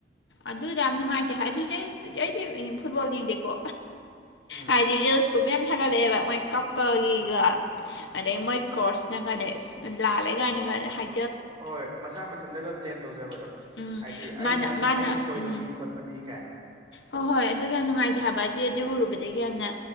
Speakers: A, on the left; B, on the right.
A: ꯑꯗꯨꯗ ꯌꯥꯝ ꯅꯨꯡꯉꯥꯏꯇꯦ ꯍꯥꯏꯗꯤ ꯑꯩ ꯑꯩꯗꯤ ꯐꯨꯠꯕꯣꯜ ꯌꯦꯡꯗꯦꯀꯣ
B: ꯎꯝ
A: ꯍꯥꯏꯗꯤ ꯔꯤꯜꯁꯀꯨꯝꯕ ꯌꯥꯝ ꯊꯥꯒꯠꯂꯛꯑꯦꯕ ꯃꯣꯏ ꯀꯞꯄꯒꯤꯒ ꯑꯗꯩ ꯃꯣꯏ ꯀꯣꯔꯁꯅ ꯀꯅꯦ ꯂꯥꯜꯂꯦ ꯀꯥꯏꯅꯒ ꯍꯥꯏ
B: ꯍꯣꯏ ꯃꯁꯥ ꯃꯊꯟꯇꯒ ꯕ꯭ꯂꯦꯝ ꯇꯧꯖꯕꯗꯣ
A: ꯎꯝ
B: ꯍꯥꯏꯗꯤ ꯑꯩꯅ
A: ꯃꯥꯅ ꯃꯥꯅ
B: ꯑꯩꯅ ꯁꯣꯏꯕꯅꯤ
A: ꯎꯝ
B: ꯈꯣꯠꯄꯅꯤ ꯀꯥꯏꯅ
A: ꯍꯣꯏ ꯍꯣꯏ ꯑꯗꯨ ꯌꯥꯝ ꯅꯨꯡꯉꯥꯏꯇꯦ ꯍꯥꯏꯕ ꯑꯗꯨꯗꯤ ꯑꯗꯨ ꯎꯔꯨꯕꯗꯒꯤ ꯌꯥꯝꯅ